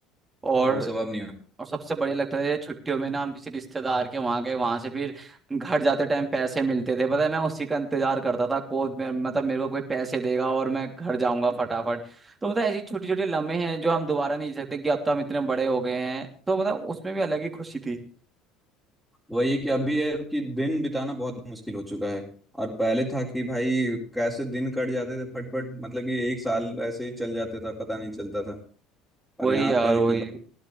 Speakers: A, on the right (about 25°); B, in the centre.
A: और
B: वो सब अब नहीं हो
A: और सबसे बढ़िया लगता था जैसे छुट्टियों में ना हम किसी रिश्तेदार के वहां गए वहां से फिर घर जाते टाइम पैसे मिलते थे पता है मैं उसी का इंतजार करता था को मे- मतलब मेरे को कोई पैसे देगा और मैं घर जाऊंगा फटाफट तो मतलब ऐसी छोटी छोटी लम्हे हैं जो हम दोबारा नहीं जी सकते कि अब तो हम इतने बड़े हो गए हैं तो मतलब उसमें भी अलग ही खुशी थी
B: वही है कि अभी है कि दिन बिताना बहुत मुश्किल हो चुका है और पहले था कि भाई कैसे दिन कट जाते थे फटफट मतलब कि एक साल ऐसे ही चल जाते था पता नहीं चलता था और
A: वही
B: यहाँ
A: यार
B: पे है
A: वही
B: कि